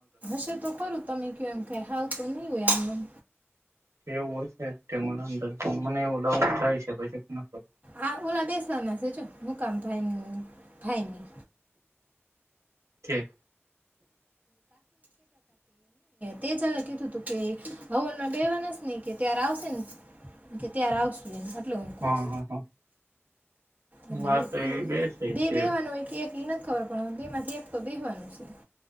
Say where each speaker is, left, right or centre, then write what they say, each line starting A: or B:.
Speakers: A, on the right (about 35°); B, on the right (about 80°).
A: હશે તો ખરું તમે કયો એમ કે થાવ તો નહી હોય આમનેમ
B: એવું હશે મને <inaudible> એવું ડાઉટ જાય છે <inaudible> કે
A: આ ઓલા બેસવાના છે, મુકામ ભાઈ ફાયની
B: છે
A: તે ચાલેક કીધું તું કે હવનમાં બેવાના છે ને કે ત્યારે આવશે ને કે ત્યારે આવશું એ <unintelligible> લોમકોસ
B: હા હા હા
A: એટલે
B: હા તો એ બેસે
A: બે
B: છે
A: બેવાનું હોય કે એક એ નથી ખબર પડવા બે માંથી એક તો બેહવાનું છે